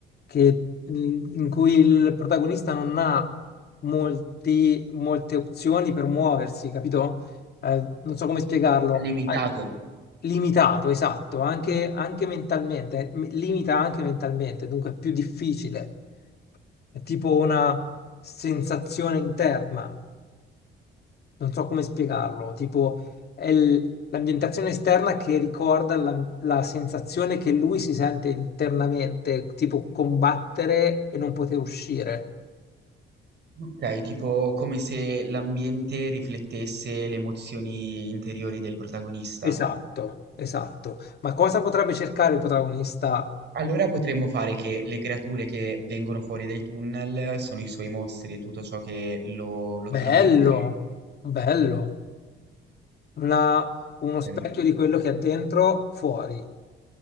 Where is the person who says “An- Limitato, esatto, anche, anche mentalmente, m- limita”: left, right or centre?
Left